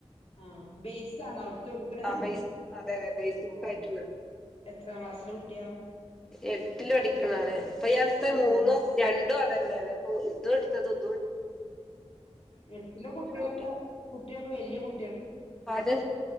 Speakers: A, on the left; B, in the centre.
A: ആ ബേയ്സാണോ എടുത്ത് കൊട്ക്ക്ണേ
B: ആ ബേസ് അതെ അതെ ബേസിക്
A: ഉം
B: ആയിട്ടുള്ള
A: എത്രാം ക്ലാസ് നല്ല കുട്ട്യാ
B: എട്ടില് പഠിക്കണാണ് ഇപ്പയട്ത്ത്
A: ഏഹ്
B: മൂന്നു
A: വൽ
B: രണ്ടും അത് തന്നെയാണ് ഓഹ് ഇത് എടുത്ത് ഇത് എടു
A: എട്ടിലെ കുട്ടികളൊക്കെ
B: കുട്ടിയാ
A: കു ട്ടി വലിയ കു
B: അത്